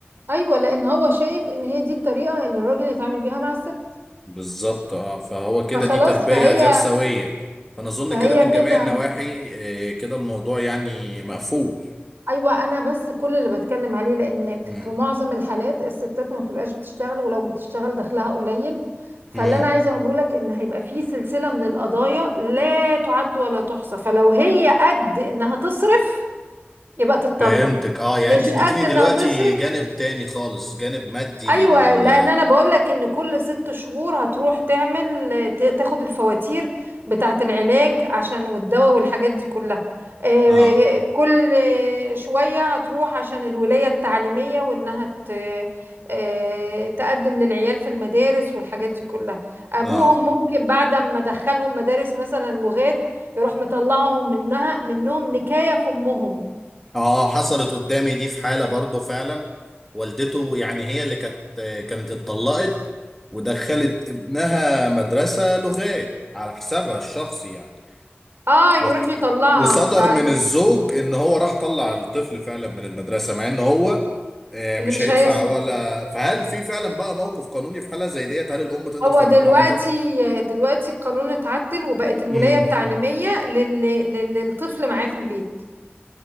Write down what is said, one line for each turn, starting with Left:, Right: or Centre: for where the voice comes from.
Right: ايوه لان هو شايف ان هي دي الطريقه اللي الراجل يتعامل بيها مع الست
Centre: بالظبط اه فهو كده
Right: فخلاص
Centre: دي تربية
Right: فهي
Centre: غير سوية فأنا أظن
Right: فهي
Centre: كده من
Right: كده
Centre: جميع النواحي آه، كده الموضوع يعني مقفول
Right: ايوه انا بس كل اللي بتكلم عليه لان
Centre: مم.
Right: في معظم الحالات الستات ما بتبقاش بتشتغل ولو بتشتغل دخلها قليل فاللي
Centre: مم.
Right: انا عايزه اقوله لك ان هيبقى في سلسله من القضايا لا تعد ولا تحصى فلو هي قد انها تصرف يبقى تتطلق
Centre: فهمتك اه يعني
Right: مش
Centre: انت اديتيني
Right: قد انها
Centre: دلوقتي
Right: تصرف
Centre: جانب تاني خالص جانب مادي
Right: ايوه
Centre: لل
Right: لان انا بقول لك ان كل ست شهور هتروح تعمل ت- تاخد الفواتير بتاعه العلاج عشان والدواء والحاجات دي كلها آه،
Centre: اه
Right: كل شويه هتروح عشان الولايه التعليميه وانها ت- آه، تقدم للعيال في المدارس والحاجات دي كلها ابوهم
Centre: اه
Right: ممكن بعد ما دخلهم مدارس مثلا لغات يروح مطلعهم منها منهم نكايه في امهم
Centre: اه حصلت قدامي دي في حالة برضه فعلا والدته يعني هي اللي كانت كانت اتطلقت ودخلت ابنها مدرسة لغات على حسابها الشخصي يعني
Right: اه يروح
Centre: وق-
Right: يطلعها
Centre: وصدر
Right: فاللي
Centre: من الزوج ان هو راح طلع الطفل فعلا من المدرسة مع ان هو آه،
Right: مش
Centre: مش هيدفع
Right: هيصرف
Centre: ولا فهل في فعلا بقى موقف قانوني في حالة زي ديت هل الام تقدر
Right: هو
Centre: تعمل
Right: دلوقتي
Centre: له حاجة؟
Right: دلوقتي القانون اتعدل وبقت الولاية
Centre: امم
Right: التعليمية لل... لل- للطفل معاه في البيت